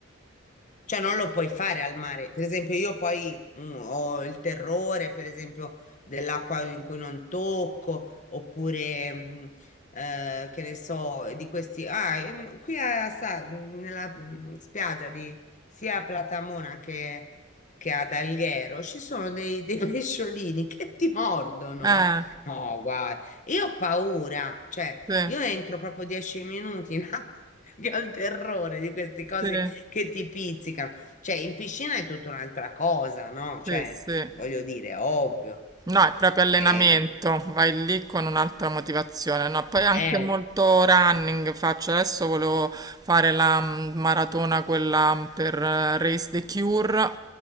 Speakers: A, on the left; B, on the right.
A: Cioè, non lo puoi fare al mare. Per esempio, io poi mm, ho il terrore, per esempio, dell'acqua in cui non tocco, oppure, mm, eh, che ne so, di questi... Ah, in- qui a Sa- nella mm, spiaggia di sia a Platamona che, che ad Alghero ci sono dei, dei <laughs> pesciolini che ti mordono.
B: Eh,
A: No, guarda, io ho paura, cioè,
B: sì,
A: io entro proprio dieci minuti in acqua, <laughs> che ho il terrore di queste cose
B: sì,
A: che ti pizzicano. Cioè, in piscina è tutta un'altra cosa, no? Cioè,
B: sì, sì.
A: voglio dire, ovvio.
B: No, è proprio allenamento,
A: Eh,
B: vai lì con un'altra motivazione, no? Poi anche
A: eh,
B: molto running faccio, adesso volevo fare la mm, maratona quella mm, per eh, Race the Cure,